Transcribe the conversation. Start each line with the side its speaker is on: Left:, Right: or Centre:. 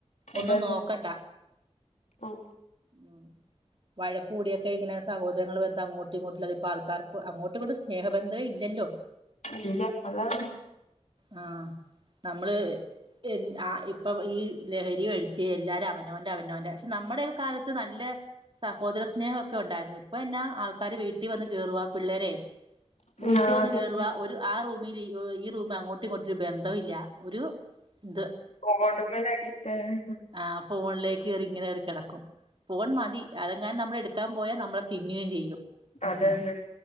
Right: ഒന്നും
Left: അതന്നെ
Right: നോക്കണ്ട
Left: ഉം
Right: ഉം വഴക്കൂടിയൊക്കെ ഇങ്ങനെ സഹദരങ്ങള് വെറുതെ അങ്ങോട്ടും ഇങ്ങോട്ടുള്ളത് ഇപ്പ ആൾക്കർക്ക് അങ്ങോട്ടും ഇങ്ങോട്ടും സ്നേഹബന്ധം ഇപ്പ ഇല്ലല്ലോ
Left: ഇല്ല അതാണ്
Right: ആ നമ്മള് എന്ത് ആ ഇപ്പൊ ഈ ലഹരി അടിച്ച് എല്ലാരും അവനോന്റെ അവനോന്റെ പക്ഷെ നമ്മുടെ കാലത്ത് നല്ല സഹോദര സ്നേഹൊക്കെ ഉണ്ടായിരുന്നു ഇപ്പ എന്നാ ആൾക്കാര് വീട്ടിവന്ന് കേറുവാ പിള്ളേരെ വീട്ടിവന്ന്
Left: ആ അതന്നെ
Right: കേയറുവ ഒരു ആ റൂമിൽ ഈ റൂമിൽ അങ്ങോട്ടും ഇങ്ങോട്ടുംരു ബന്ധംല്ലാ ഒരു ഇത്
Left: ഫോൺമ്മൽ അടിറ്റായി
Right: ആ ഫോണിലേക്ക് കയറി ഇങ്ങനെ കറി കിടക്കും ഫോൺ മതി അതെങ്ങാനും നമ്മളെടുക്കാൻ പോയാൽ നമ്മളെ തിന്നയും ചെയ്യും
Left: അതന്നെ
Right: ഉം